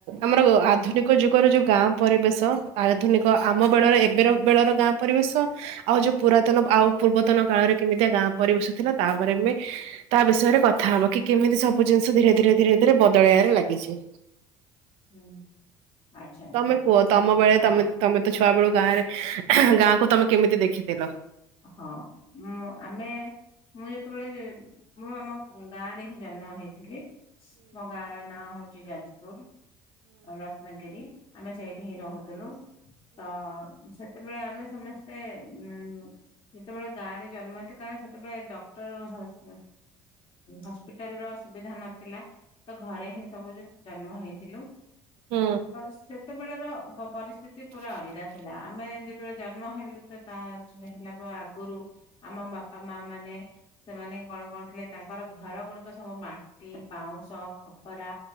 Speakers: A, on the right (about 65°); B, on the left (about 50°).
A: ଆମର ଆଧୁନିକ ଯୁଗର ଯୋଉ ଗାଁ ପରିବେଶ ଆଧୁନିକ ଆମ ବେଳରେ ଏବେର ବେଳର ଗାଁ ପରିବେଶ ଆଉ ଯୋଉ ପୁରାତନ ଆଉ ପୂର୍ବତନ କାଳରେ କେମିତି ଗାଁ ପରିବେଶ ଥିଲା ତାପରେ ମି ତା ବିଷୟରେ କଥା ହବା କି କେମିତି ସବୁ ଜିନିଷ ଧୀରେ ଧୀରେ ଧୀରେ ଧୀରେ ବଦଳେଇବାରେ ଲାଗିଛି।
B: ହୁଁ ଆଚ୍ଛା ଆଚ୍ଛା
A: ତମେ କୁହ ତମ
B: ହଁ
A: ବେଳେ ତମେ ତମେ ତ ଛୁଆ ବେଳୁ ଗାଁ ରେ ଗାଁକୁ ତମେ କେମିତି ଦେଖିଥିଲ?
B: ହଁ ମୁଁ ଆମେ ମୁଁ ଯେତେବେଳେ ମୁଁ ଆମ ଗାଁ ରେ ହିଁ ଜନ୍ମ ହେଇଥିଲି। ମୋ ଗାଁ ର ନାଁ ହଉଛି ଯାଜପୁର। ରତ୍ନଗିରି ଆମେ ସେଇଠି ହିଁ ରହୁଥିଲୁ ତ ସେ ସେତେବେଳେ ଆମେ ସମସ୍ତେ ଉ ଯେତେବେଳେ ଗାଁ ରେ ଜନ୍ମ ହେଥିଲା କାରଣ ସେତେବେଳେ ଡକ୍ଟର ହସ୍ ହସ୍ପି ପିଟାଲ ର ସୁବିଧା ନଥିଲା ତ ଘରେ ହିଁ ସବୁ ଜନ୍ମ ହେଇଥିଲୁ।
A: ହୁଁ
B: ସେତେବେଳେ ର ପ ପରିସ୍ଥିତି ପୁରା ଅଲଗା ଥିଲା ଆମେ ଯେତେବେଳେ ଜନ୍ମ ହେଲୁ ତ ତା ହେଲା ପରେ ଆଗରୁ ଆମ ବାପା ମା ମାନେ ସେମାନେ କଣ କରୁଥିଲେ ତାଙ୍କର ଘର ଗୁଡିକ ସବୁ ମାଟି, ବାଉଁଶ, ଖପରା